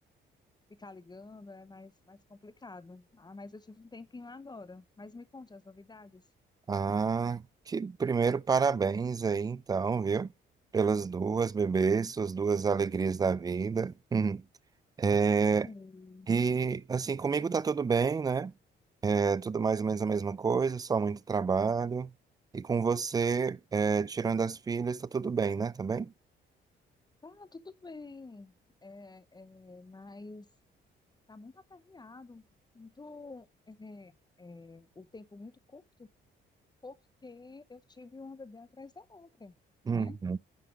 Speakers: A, on the left; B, on the right.
A: ficar ligando, é mais, mais complicado. Ah, mas eu tive um tempinho agora. Mas me conte as novidades.
B: Ah, que primeiro parabéns aí, então, viu? Pelas duas bebês, suas duas alegrias da vida. Hum. É,
A: Sim.
B: e assim, comigo tá tudo bem, né? É tudo mais ou menos a mesma coisa, só muito trabalho. E com você, é, tirando as filhas, tá tudo bem, né? Também?
A: Tá, tudo bem. É, é, mas. Tá muito aperreado, muito, é, é, o tempo muito curto, porque eu tive uma bebê atrás da outra,
B: Uhum.
A: né?